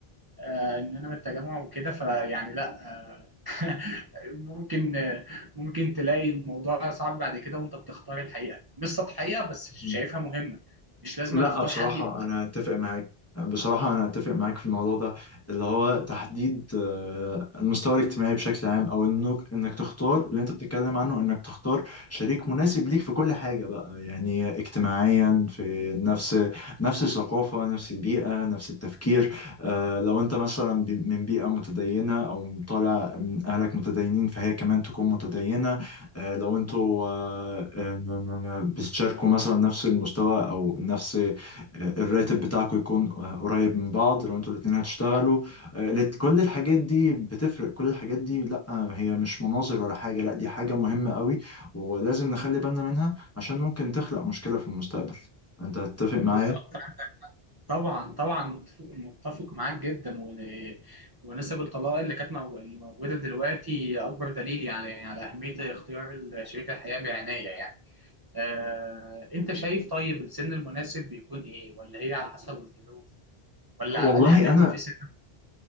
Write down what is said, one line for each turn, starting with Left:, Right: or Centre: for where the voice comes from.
Right: آه، ان انا من التجمع وكده فيعني لا آه، <laughs> ممكن آه، ممكن تلاقي الموضوع صعب بعد كده وانت بتختار الحقيقه مش سطحيه بس شايفها
Left: مم.
Right: مهمه مش لازم
Left: لا
Right: أنا اختار
Left: بصراحة
Right: حد يكون
Left: أنا أتفق معاك بصراحة أنا أتفق معاك في الموضوع ده اللي هو تحديد آه، المستوى الاجتماعي بشكل عام أو إنك إنك تختار اللي أنت بتتكلم عنه إنك تختار شريك مناسب ليك في كل حاجة بقى يعني اجتماعيا في نفس نفس الثقافة نفس البيئة نفس التفكير آه، لو أنت مثلا بي- من بيئة متدينة أو طالع من أهلك متدينين فهي كمان تكون متدينة آه، لو انتوا آه، آه، بتشاركوا مثلا نفس المستوى او نفس آه، الراتب بتاعكم يكون آه، قريب من بعض لو انتوا الاتنين هتشتغلوا
Right: صح
Left: آه، لت- كل الحاجات دي بتفرق كل الحاجات دي لا هي مش مناظر ولا حاجة لا دي حاجة مهمة قوي ولازم نخلي بالنا منها عشان ممكن تخلق مشكلة في المستقبل انت تتفق معايا؟
Right: بالظبط طبعا طبعا متفق متفق معاك جدا و... ونسب الطلاق اللي كانت مو... اللي موجوده دلوقتي اكبر دليل يعني على اهميه اختيار شريك الحياه بعنايه يعني آه، انت شايف طيب السن المناسب بيكون ايه ولا هي على حسب الظروف ولا
Left: والله
Right: على الاقل حتى يكون
Left: انا
Right: في سن